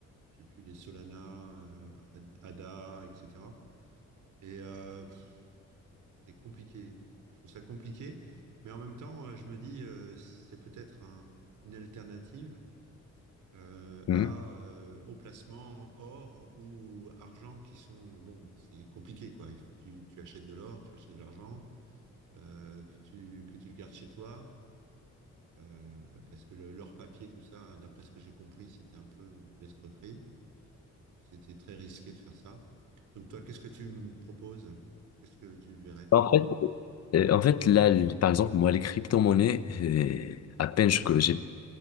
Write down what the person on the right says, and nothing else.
j'ai plus les Solana, euh, Ad- ADA, etc. Et euh, pff, c'est compliqué. Je trouve ça compliqué, mais en même temps, euh, je me dis, euh, c'est peut-être un- une alternative euh,
à, euh, au placement or ou argent qui sont, bon, c'est compliqué, quoi. Il faut que tu, tu achètes de l'or, tu achètes de l'argent, euh, que tu, que tu le gardes chez toi, euh, parce que le- l'or papier, tout ça, d'après ce que j'ai compris, c'était un peu l'escroquerie, et que c'était très risqué de faire ça. Donc toi, qu'est-ce que tu me proposes? Qu'est-ce que tu verrais, toi?